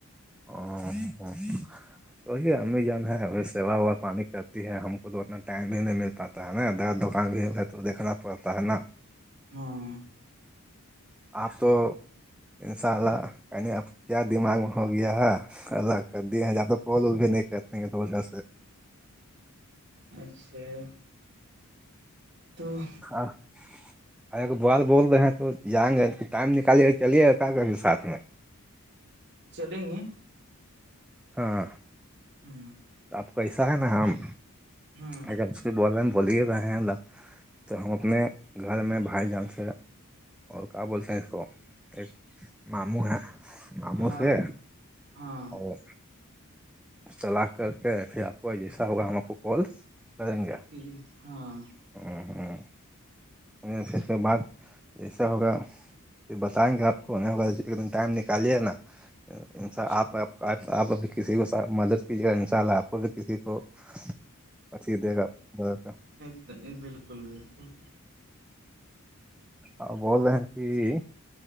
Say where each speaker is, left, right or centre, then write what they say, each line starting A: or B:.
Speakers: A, in the centre; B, on the right.
A: <unintelligible> تو ہی ہم بھی جان ہے ہم سوا ہوا پانی کرتی ہے ہم کو تونا- ٹائم بھی نہیں مل پاتا ہے نا دکان بھی تو دھنا پڑتا ہے نا-
B: ہاں
A: آپ تو ان شاء اللہ میں نے آپ کیا دماغ میں- ہو گیا ہے ایسا کرتی ہیں جا تو کال اول بھی نہیں کرتے تو وجہ سے-
B: اچھا- تو
A: ہاں- ایک بات بول رہے ہیں تو جائیں گے تو ٹائم نکال لیے چلیے کا کبھی ساتھ میں-
B: چلیں گے
A: ہاں-
B: ہوں-
A: آپ کو ایسا ہے نا ہم
B: ہوں
A: اگر- بولنے میں بولی ہی رہے ہیںا تو ہم اپنے گھر میں بھائی جان سے- اور کیا بولتے
B: اچھا
A: ہیں اس کو ایک ماموں ہے- مامو
B: ہاں
A: ہے
B: ہاں
A: اور چلا کر کے پھر آپ کو جیسا ہوگا ہم آپ کو کال کریں گے-
B: کہ ہاں-
A: <unintelligible> میں پھر کے بعد جیسا ہوگا- پھر بتائیں گے آپ کو اینیورسری کے دن ٹائم نکالیے نا- ان انسا
B: اچھا
A: آپ- آپ اب کسی کو سھ مدد کیجیے گا ان شاء اللہ آپ کو بھی کسی کو اچھی دے گا کا-
B: نہیں بالکل- بالکل
A: آپ بول رہے ہیں کہ